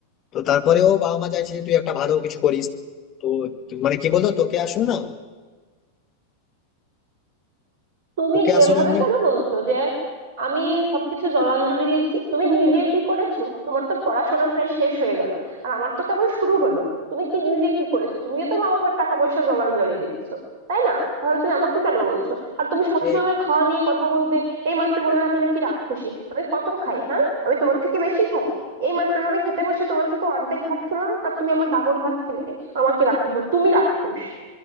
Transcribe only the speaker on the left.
তো তারপরেও বাবা মা চাইছে যে তুই একটা ভালো কিছু করিস তো তুই- মানে কি বলতো তোকে আসলে না
তোকে আসলে
আমরা
যে